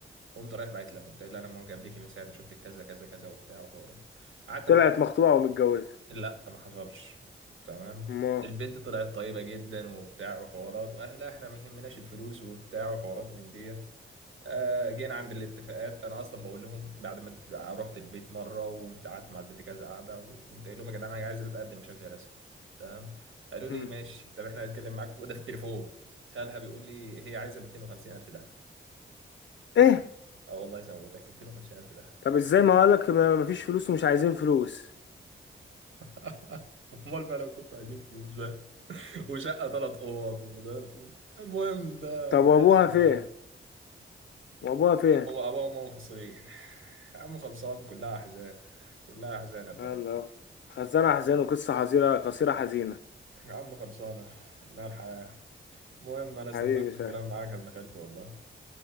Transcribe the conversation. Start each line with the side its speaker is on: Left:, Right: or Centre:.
Right: قمت رايح بعت لها قمت قايل لها انا معجب بيكي من ساعه ما شفتك كذا كذا كذا وبتاع وحوارات قعدت
Left: طلعت
Right: مع
Left: مخطوبة ومتجوزة
Right: لا ما حصلش تمام
Left: ما
Right: البنت طلعت طيبة جدا وبتاع وحوارات واهلها احنا ما يهمناش الفلوس وبتاع وحوارات من ديت آه، جينا عند الاتفاقات انا اصلا بقول لهم بعد ما ت- رحت البيت مرة وقعدت مع البنت كذا قعدة وقمت قايل لهم يا جدعان انا عايز اتقدم بشكل رسمي تمام قالوا لي
Left: مم.
Right: ماشي طب احنا هنتكلم معاك في وده في التليفون خالها بيقول لي هي عايزة 250 الف ده
Left: ايه
Right: اه والله زي ما بقول لك 250 الف ده
Left: طب ازاي ما اقولك ما- مفيش فلوس ومش عايزين فلوس
Right: <laughs> امال بقى لو كنت عايزين فلوس وشقه ثلاث اوض وده المهم ده
Left: طب
Right: بلاش
Left: وابوها
Right: يعني
Left: فين وابوها فين
Right: هم ابوه وامه منفصلين يا عم خلصان كلها احزان كلها احزان يا ابن
Left: يلا
Right: خالتي
Left: خزانة حزينة وقصة حزينة قصيرة حزينة
Right: يا عم خلصانه انها الحياه المهم انا استمتعت
Left: حبيبي
Right: بالكلام
Left: سهل
Right: معاك يا ابن خالتي والله